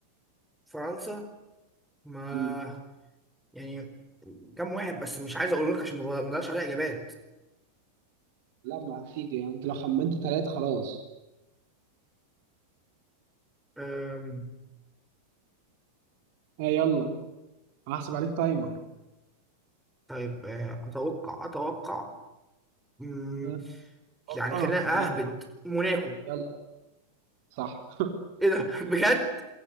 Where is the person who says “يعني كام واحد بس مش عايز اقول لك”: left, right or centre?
Centre